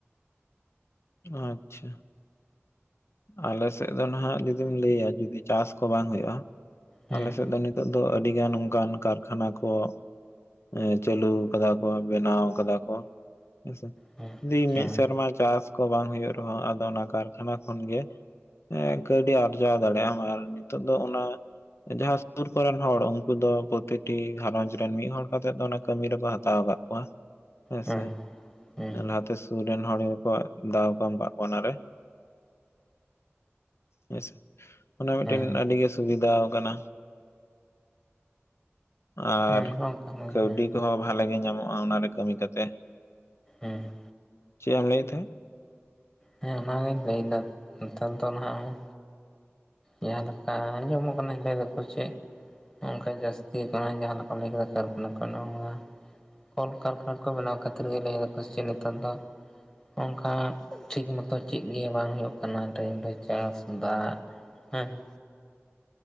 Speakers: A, on the left (about 65°); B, on the left (about 15°).
A: ᱟᱪᱪᱷᱟ᱾ ᱟᱞᱮ ᱥᱮᱫ ᱫᱚ ᱱᱟᱦᱟᱜ ᱡᱩᱫᱤᱢ ᱞᱟᱹᱭᱟ ᱡᱩᱫᱤ ᱪᱟᱥ ᱠᱚ ᱵᱟᱝ ᱦᱩᱭᱩᱜᱼᱟ᱾
B: ᱦᱮᱸ
A: ᱟᱞᱮ ᱥᱮᱫ ᱫᱚ ᱱᱤᱛ ᱱᱤᱛᱚᱜ ᱫᱚ ᱟᱹᱰᱤ ᱜᱟᱱ ᱚᱱᱠᱟᱱ ᱠᱟᱨᱠᱷᱟᱱᱟ ᱠᱚ ᱮ ᱪᱟᱹᱞᱩᱣ ᱠᱟᱫᱟ ᱠᱚ ᱵᱮᱱᱟᱣ ᱠᱟᱫᱟ ᱠᱚ᱾ ᱦᱮᱸᱥᱮ
B: ᱦᱮᱸ
A: ᱡᱩᱫᱤ
B: ᱦᱮᱸ
A: ᱢᱤᱫ ᱥᱮᱨᱢᱟ ᱪᱟᱥ ᱠᱚ ᱵᱟᱝ ᱦᱩᱭᱩᱜ ᱨᱮᱦᱚᱸ ᱟᱫᱚ ᱚᱱᱟ ᱠᱟᱨᱠᱷᱟᱱᱟ ᱠᱷᱚᱱ ᱜᱮ ᱠᱟᱹᱣᱰᱤ ᱟᱨᱡᱟᱣ ᱫᱟᱲᱮᱭᱟᱜ ᱟᱢ᱾ ᱟᱨ ᱱᱤᱛᱚᱜ ᱫᱚ ᱚᱱᱟ ᱡᱟᱦᱟᱸ ᱥᱩᱨ ᱠᱚᱨᱮᱱ ᱦᱚᱲ ᱩᱱᱠᱩ ᱫᱚ ᱯᱨᱚᱛᱮᱠᱴᱤ ᱜᱷᱟᱸᱨᱚᱧᱡᱽ ᱨᱮᱱ ᱢᱤᱫ ᱦᱚᱲ ᱠᱟᱛᱮᱜ ᱫᱚ ᱚᱱᱟ ᱠᱟᱹᱢᱤ ᱨᱮᱠᱚ ᱦᱟᱛᱟᱣ ᱟᱠᱟᱫ ᱦᱮᱸᱥᱮ
B: ᱦᱮᱸ ᱦᱮᱸ ᱦᱮᱸ
A: ᱞᱟᱦᱟᱛᱮ ᱥᱩᱨ ᱨᱮᱱ ᱦᱚᱲ ᱜᱮ ᱠᱚ ᱫᱟᱣ ᱠᱚ ᱮᱢ ᱠᱟᱜ ᱠᱚᱣᱟ ᱚᱱᱟᱨᱮ᱾ ᱦᱮᱸᱥᱮ ᱚᱱᱟ ᱢᱤᱫᱴᱮᱱ
B: ᱦᱮᱸ
A: ᱟᱹᱰᱤᱜᱮ ᱥᱩᱵᱤᱫᱷᱟᱣ ᱠᱟᱱᱟ᱾ ᱟᱨ
B: ᱚᱱᱟ ᱦᱚᱸ ᱠᱟᱱ ᱜᱮᱭᱟ
A: ᱠᱟᱹᱣᱰᱤ ᱠᱚᱦᱚᱸ ᱵᱷᱟᱞᱮ ᱜᱮ ᱧᱟᱢᱚᱜᱼᱟ ᱚᱱᱟᱨᱮ ᱠᱟᱹᱢᱤ ᱠᱟᱛᱮ᱾
B: ᱦᱮᱸ ᱾
A: ᱪᱮᱜ ᱮᱢ ᱞᱟᱹᱭ ᱮᱫ ᱛᱟᱦᱮᱸᱫ?
B: ᱦᱮᱸ ᱚᱱᱟᱜᱤᱧ ᱞᱟᱹᱭᱫᱟ ᱱᱮᱛᱟᱨ ᱫᱚ ᱱᱟᱦᱟᱜ ᱮ ᱡᱟᱦᱟᱸ ᱞᱮᱠᱟ ᱟᱸᱡᱚᱢᱚᱜ ᱠᱟᱱᱟ ᱡᱮ ᱞᱟᱹᱭ ᱫᱟᱠᱚ ᱪᱮᱫ ᱱᱚᱝᱠᱟ ᱡᱟᱹᱥᱛᱤ <unintelligible> ᱡᱟᱦᱟᱸ ᱞᱮᱠᱟᱢ ᱞᱟᱹᱭ ᱠᱮᱫᱟ ᱠᱟᱨᱠᱷᱚᱟᱱᱟ ᱠᱚ ᱱᱚᱠᱟ ᱠᱚᱞ ᱠᱟᱨᱠᱷᱟᱱᱟ ᱠᱚ ᱵᱮᱱᱟᱣ ᱠᱷᱟᱹᱛᱤᱨ ᱜᱮ ᱞᱟᱹᱭ ᱫᱟᱠᱚ ᱥᱮᱪᱮᱫ ᱱᱮᱛᱟᱨ ᱫᱚ ᱚᱱᱠᱟ ᱴᱷᱤᱠ ᱢᱚᱛᱚ ᱪᱮᱫ ᱜᱮ ᱵᱟᱝ ᱦᱩᱭᱩᱜ ᱠᱟᱱᱟ᱾ ᱴᱟᱹᱤᱢ ᱨᱮ ᱪᱟᱥ, ᱫᱟᱜ, ᱦᱮᱸ ᱾